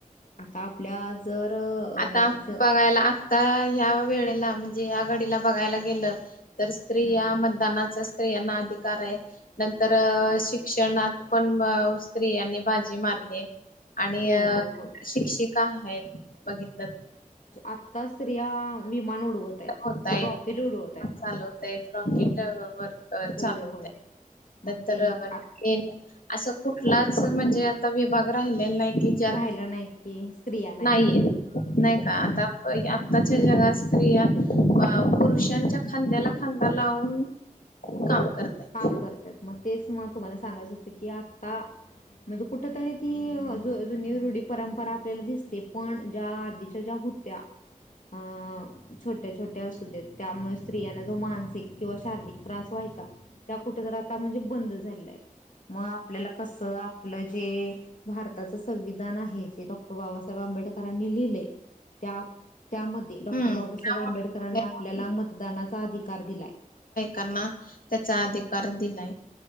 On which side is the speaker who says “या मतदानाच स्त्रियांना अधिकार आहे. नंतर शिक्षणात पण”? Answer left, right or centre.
Left